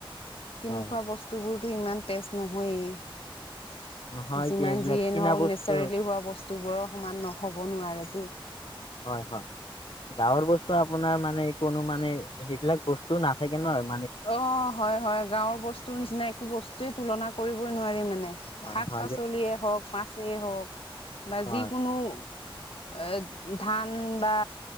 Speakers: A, on the left; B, on the left.
A: কিনি
B: হয়
A: খোৱা বস্তুবোৰতো ইমান টেষ্ট নহয়ে।
B: নহয়
A: যিমান
B: কি এইবিলাক
A: যিয়েই
B: কিনা
A: নহ'ক
B: বস্তু
A: নেচাৰেলি হোৱা বস্তুবোৰৰ সমান নহ'ব নোৱাৰে।
B: হয়, হয়, গাঁৱৰ বস্তু তো আপোনাৰ মানে, কোনো মানে, সেইবিলাক বস্তু নাথাকে নহয়
A: অ' হয় হয়, গাঁৱৰ বস্তুৰ নিচিনা একো বস্তুয়ে তুলনা কৰিবই নোৱাৰি মানে।
B: হয়
A: শাক-পাচলিয়েই
B: হয় যে
A: হওক, মাছেই হওক বা
B: হয়
A: যিকোনো এ, ধান উম, বা